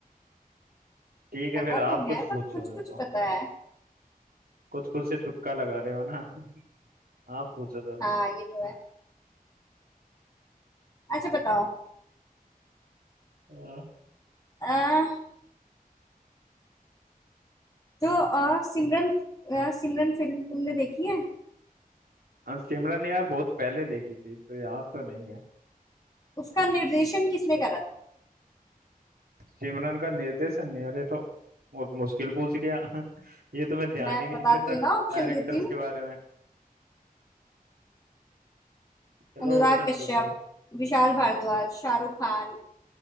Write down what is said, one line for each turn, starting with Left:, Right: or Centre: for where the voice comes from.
Right: ठीक है
Left: पता
Right: फिर आप
Left: तो
Right: कुछ
Left: है
Right: पूछो
Left: पर कुछ
Right: मेरे
Left: कुछ
Right: को
Left: पता है
Right: कुछ कुछ से तुक्का लगा रहे हो ना <laughs> आप पूछो चलो
Left: हाँ ये तो है अच्छा बताओ
Right: हाँ।
Left: अ, जो अ, सिमरन अ, सिमरन फिल्म तुमने देखी है
Right: हाँ, सिमरन यार बहुत पहले देखी थी तो याद तो नहीं है
Left: उसका निर्देशन किसने करा था
Right: सिमरन का निर्देशन यार ये तो बहुत मुश्किल पूछ लिया <laughs> ये तो मैं ध्यान
Left: मैं
Right: ही नहीं
Left: बताती
Right: देता
Left: हूँ ना ऑप्शन
Right: डायरेक्टर्स
Left: देती हूँ
Right: के बारे में चलो
Left: अनुराग
Right: ऑप्शन
Left: कश्यप
Right: तो दो
Left: विशाल भारद्वाज शाहरुख खान